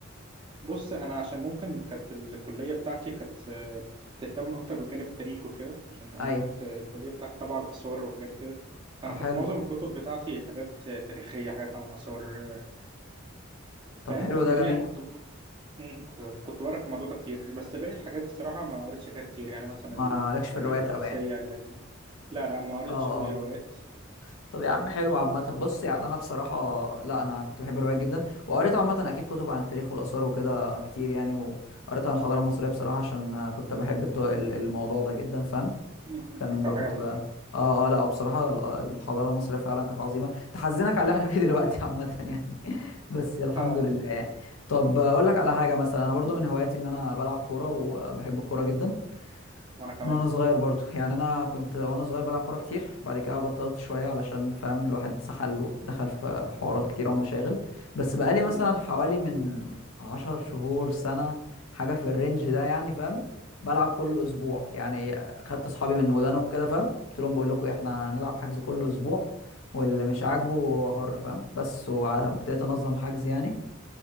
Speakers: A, on the right; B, on the left.
A: بص انا عشان ممكن كانت الكليه بتاعتي كانت آه، تهتم اكتر بالجانب التاريخي وكده عشان انا
B: ايوه
A: كنت الكليه بتاعتي تبع الاثار وحاجات كده فانا
B: طب
A: كانت
B: حلو
A: معظم الكتب بتاعتي حاجات آه، تاريخيه حاجات عن الاثار آه،
B: طب
A: فاهم
B: حلو
A: فتلاقيني
B: ده جميل
A: كنت بعرف مم، كنت كنت بعرف الموضوع ده كتير بس باقي الحاجات الصراحه ما قريتش فيها كتير يعني مثلا
B: ما لكش
A: الحاجات
B: في الروايات
A: الرومانسيه
B: قوي يعني
A: ال- لا لا ما قريتش
B: اه
A: قوي
B: اه
A: روايات
B: طب يا عم حلو عامة بص يعني أنا بصراحة لا أنا كنت بحب الروايات جدا وقريت عامة أكيد كتب عن التاريخ والآثار وكده كتير يعني وقريت عن الحضارة
A: حلو
B: المصرية بصراحة عشان كنت بحب الت- الموضوع ده جدا فاهم
A: مم، مم،
B: كان
A: اكتر
B: بقى
A: حاجه
B: كنت
A: بحبها
B: بقى اه اه لا وبصراحة ال- الحضارة المصرية فعلا كانت عظيمة تحزنك على اللي احنا فيه دلوقتي عامة يعني <laughs> بس الحمد
A: اه والله
B: لله يعني طب اقول لك على حاجة مثلا انا برضو من هواياتي ان انا بلعب كورة وبحب الكورة جدا
A: وانا كمان
B: من وانا صغير برضو يعني انا كنت وانا صغير بلعب كوره كتير بعد كده بطلت شويه علشان فاهم الواحد سحل ودخل في حوارات كتيره ومشاغل بس بقالي مثلا
A: مم.
B: حوالي من عشر شهور سنه حاجه في الرينج ده يعني فاهم بلعب كل اسبوع يعني خدت اصحابي من ودانهم كده فاهم قلت لهم بقول لكم احنا هنلعب حجز كل اسبوع واللي مش عاجبه هو حر فاهم بس وابتديت انظم حجز يعني